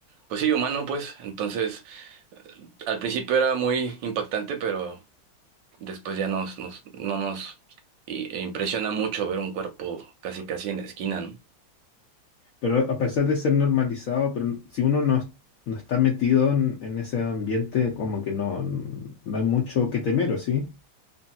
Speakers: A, on the right; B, on the left.
A: pues sí, humano, pues. Entonces, al principio era muy impactante, pero después ya nos, nos, no nos i- e impresiona mucho ver un cuerpo casi, casi en la esquina, ¿no?
B: Pero a pesar de ser normalizado, pero si uno no, es- no está metido en, en ese ambiente, como que no, no hay mucho que temer, ¿o sí?